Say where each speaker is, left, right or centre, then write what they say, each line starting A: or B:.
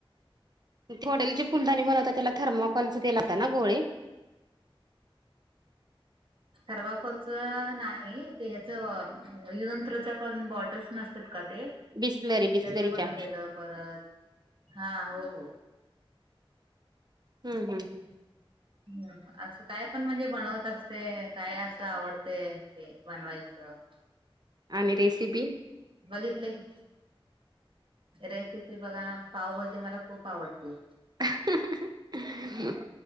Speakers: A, on the right; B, on the right.
A: <unintelligible> फुलदाणी बनवता त्याला थर्मोकॉलच ते, लावता ना गोळे.
B: थर्माकोलच नाही, ते ह्याच. यंत्रोच पण बॉटल्स नस तात का ते.
A: बिस्लरी बिस्लरीच्या
B: त्याच बनवलेलं. परत, हा, हो.
A: हम्म, हम्, हम्.
B: ह्, असं काय पण म्हणजे बनवत असते. काय असं आवडते, ते बनवायचं.
A: आणि रेसिपी.
B: बघितले की. रेसिपी बघा, पावभाजी मला खूप आवडते.
A: ह <unintelligible> हम.